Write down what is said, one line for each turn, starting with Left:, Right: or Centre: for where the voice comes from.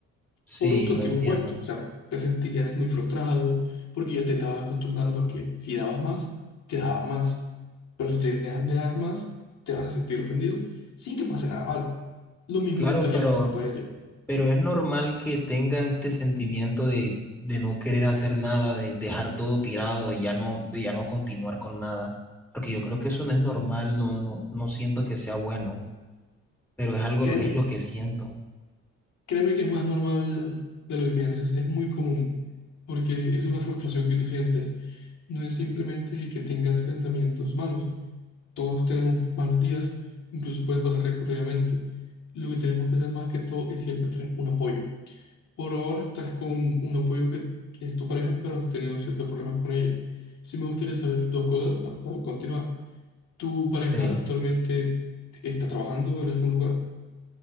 Centre: Sí,
Left: por tu
Centre: lo
Left: antiguo
Centre: entiendo.
Left: puesto. O sea, te sentirías muy frustrado porque ya te estabas acostumbrando a que si dabas más, te daban más. Pero si te dejan de dar más, te vas a sentir ofendido sin que pase nada malo. Lo mismo
Centre: Claro,
Left: le estaría
Centre: pero...
Left: pasando a ella.
Centre: Pero es normal que tengas este sentimiento de, de no querer hacer nada, de dejar todo tirado y ya no, de ya no continuar con nada. Porque yo creo que eso no es normal, no, no, no siento que sea bueno, pero es algo,
Left: Créeme,
Centre: es lo que siento.
Left: créeme que es más normal de lo que piensas, es muy común, porque es una frustración que tú sientes. No es simplemente que tengas pensamientos malos. Todos tenemos malos días, incluso puede pasar recurridamente. Lo que tenemos que hacer más que todo es siempre tener un apoyo Por ahora estás con un apoyo que, que es tu pareja, pero has tenido ciertos problemas con ella. Sí me gustaría saber dos cosas pa- para, continuar. ¿Tu pareja
Centre: Sí.
Left: actualmente está trabajando en algún lugar?